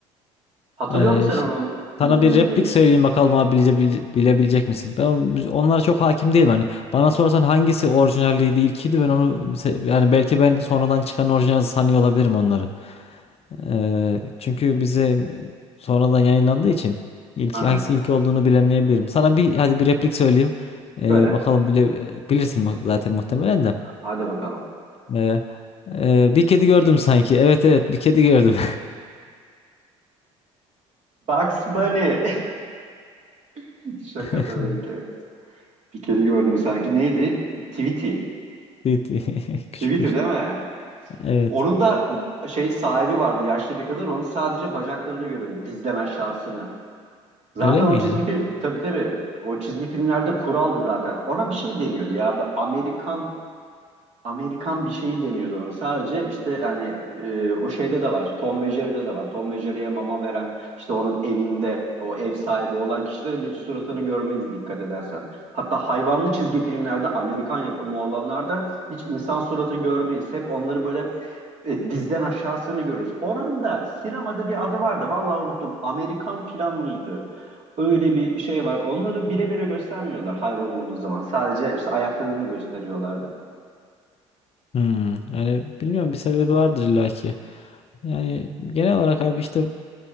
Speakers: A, on the right; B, on the left.
A: Hatırlıyor
B: Eee,
A: musun sen
B: ş-
A: onun müziğinin
B: sana bir replik
A: değiş
B: söyleyeyim bakalım abi bile, bile- bilebilecek misin? Ben onlara çok hakim değilim. Hani bana sorsan hangisi orijinaliydi, ilkiydi ben onu se- yani belki ben sonradan çıkan orijinal sanıyor olabilirim onları. Ee,
A: Böyle
B: çünkü
A: repliğim.
B: bize sonradan yayınlandığı için ilk
A: Ha,
B: hangisi ilk olduğunu bilemeyebilirim. Sana bir hadi bir replik söyleyeyim. Ee,
A: böyle.
B: bakalım bile bilirsin mu- zaten muhtemelen de.
A: Hadi bakalım.
B: Ee, e, bir kedi gördüm sanki. Evet evet bir kedi gördüm.
A: Bugs Bunny. <laughs> Şaka
B: <laughs>
A: tabii ki. Bir kedi gördüm sanki. Neydi? Tweety.
B: Tüy tüy. <laughs> Küçük
A: Tweety
B: kuş.
A: değil mi?
B: Evet.
A: Onun da şey sahibi vardı. Yaşlı bir kadın. Onun sadece bacaklarını görüyor. Dizden aşağısını. Zaten
B: Öyle miydi?
A: o çizgi film tabii tabii. O çizgi filmlerde kuraldı zaten. Ona bir şey deniyordu ya. Amerikan Amerikan bir şeyi deniyordu onu. Sadece işte yani e, o şeyde de var. Tom ve Jerry'de de var. Tom ve Jerry'ye mama veren işte onun evinde o ev sahibi olan kişilerin de hiç suratını görmeyiz dikkat edersen. Hatta hayvanlı çizgi filmlerde Amerikan yapımı olanlarda hiç insan suratı görmeyiz. Hep onları böyle e, dizden aşağısını görürüz. Oranın da sinemada bir adı vardı. Vallahi unuttum. Amerikan plan mıydı? Öyle bir şey var. Onları bire bire göstermiyorlar hayvan olduğu zaman. Sadece işte ayaklarını gösteriyorlardı.
B: Hmm, yani bilmiyorum bir sebebi vardır illaki. Yani genel olarak abi işte